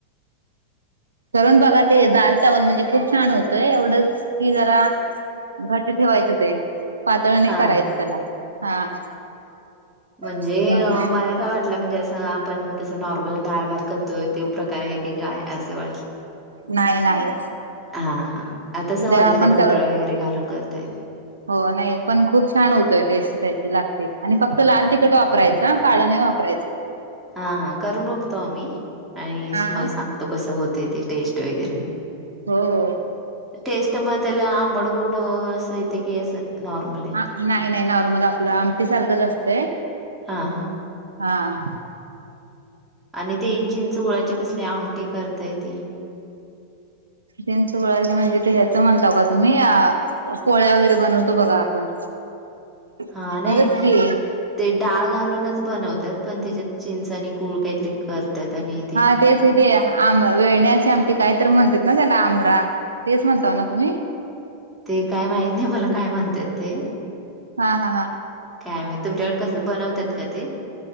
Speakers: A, on the right; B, in the centre.
A: करून बघा ते. दाल चावल म्हणजे खूप छान होतोय एवढंच की जरा घट्ट ठेवायचं ते पातळ नाही
B: हा
A: करायचं
B: हा
A: त्याला हा.
B: म्हणजे
A: हम्म
B: मला काय वाटलं म्हणजे असं, आपण कसं नॉर्मल डाळ, भात करतोय तो प्रकार आहे की काय असं वाटल.
A: नाही नाही
B: हा हा. आता समजलं
A: जर आपण
B: ते भोपळा
A: सगळ
B: वगैरे घालून करताय.
A: हो नाही. पण खूप छान होतोय टेस्ट त्याची लागते आणि फक्त लाल तिखट वापरायचं. काळ नाही वापरायचं.
B: हा हा करून बघतो आम्ही आणि
A: हा.
B: तुम्हाला सांगतो कसं होते ते टेस्ट वगैरे.
A: हो हो.
B: टेस्ट मग त्याला आंबड गोड येत की असं नॉर्मल येत.
A: नाही नाही. नॉर्मल आपलं आमटी सारखंच असतंय.
B: हा हा.
A: हा.
B: आणि ते चिंच गुळाची कसली आमटी करताय ते,
A: चिंच गुळाची म्हणजे ह्याच म्हणता का तुम्ही अ पोळ्या वगैरे बनवतो बघा आपण त्याचच
B: हा नाही
A: की
B: ते डाळ घालूनच बनवतात पण त्याच्यात चिंच आणि गूळ काहीतरी कर त्या‌त आणी
A: हा तेच ते हा आम वेळण्याचे आमटे काय तर म्हणतात ना त्याला आंमरा तेच म्हणताव ना तुम्ही?
B: ते काय माहित नाही मला काय म्हणतात ते,
A: हा हा हा
B: काय माहित, तुमच्याकडे कसं बनवतात का ते?